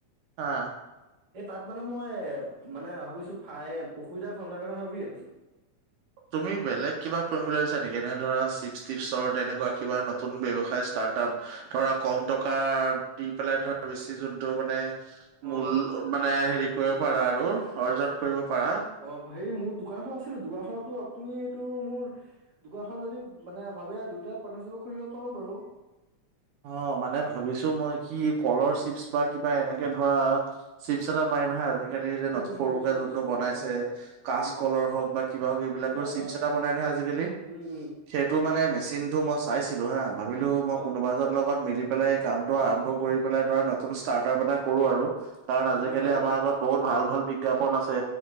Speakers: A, on the right; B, on the right.
A: হা
B: এই তাত মানে মই মানে ভাবিছো ফাই পুখুৰী এটা ঘন্দাৰ কথা ভাবি আছো।
A: তুমি বেলেগ কিবা কৰিম বুলি ভাবিছা নেকি এনে ধৰা চিপ টিপছৰ তেনেকুৱা কিবা নতুন ব্যয়সায় চ ষ্টাৰ্ট তাপ ধৰা কম টকা দি পেলাই ধৰা বেছি যোনটো মানে
B: অ'।
A: মূল মানে হেৰি কৰিব পাৰা আৰু অৰ্জন কৰিব পাৰা।
B: অ' হেৰি মোৰ দোকানখন আছে টো, দোকানখনতো আপুনিটোৰ মোৰ দোকানখন যদি মানে ভাবে দুটাই পাৰ্টিশিপেত খুৰিব পাৰোঁ বাৰু।
A: অ' মানে ভাবিছো মই কি কলৰ চিপছ বা কিবা এনেকে ধৰা চিপচ এটা পাই নহয় আজি কালিৰ যে ন
B: উম উম
A: সৰুকে
B: বুজিছো
A: জোনটো
B: বুজিছো
A: বনাইছে,
B: অ অ অ
A: কাচকলৰ
B: উম
A: হওক বা কিবা হওক, এইবিলাকৰ
B: অ
A: চিপছ
B: অ
A: এটা বনাই নহয় আজিকালি।
B: উম উম।
A: সেইটো মানে মেচিন টো মই চাইছিলো হা ভাবিলো মই
B: অ
A: কোন লগৰৰ লগত মিলি পেলাই এই কামটো আৰম্ভ কৰি পেলাই ধৰা নতুন ষ্টাৰ্ট আপ এটা কৰো আৰু। কাৰণ আজিকালি
B: হয় হয় হয়
A: আমাৰ আগত বহুত ভাল ভাল বিজ্ঞাপন আছে,